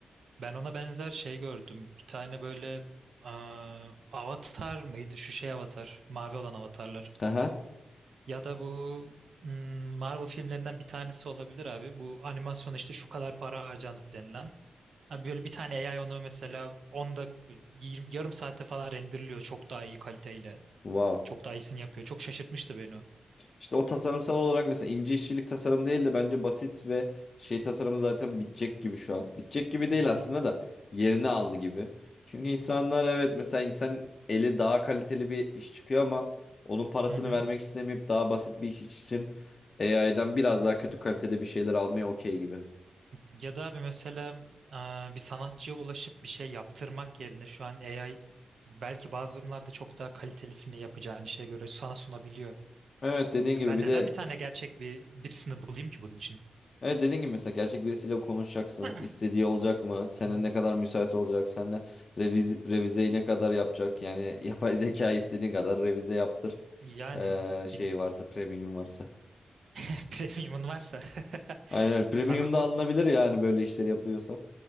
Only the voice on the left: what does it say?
Haha.
Wow.
İşte o tasarımsal olarak mesela ince işçilik tasarım değil de bence basit ve şey tasarımı zaten bitecek gibi şu an. Bitecek gibi değil
aslında da yerini aldı gibi. Çünkü insanlar evet mesela insan eli daha kaliteli bir iş çıkıyor ama onun parasını
vermek istemeyip daha basit bir iş için AI'den biraz daha kötü kalitede bir şeyler almaya okey gibi.
Evet dediğin gibi
bir
de
Evet dediğin gibi mesela gerçek birisiyle konuşacaksın.
İstediği olacak mı? Senin
ne kadar müsait olacak? Seninle reviz revizeyi ne kadar yapacak? Yani <laughs> yapay zeka istediğin kadar revize yaptır.
Ee, şey
varsa premium varsa.
Aynen premium
da
alınabilir yani böyle işleri yapıyorsan.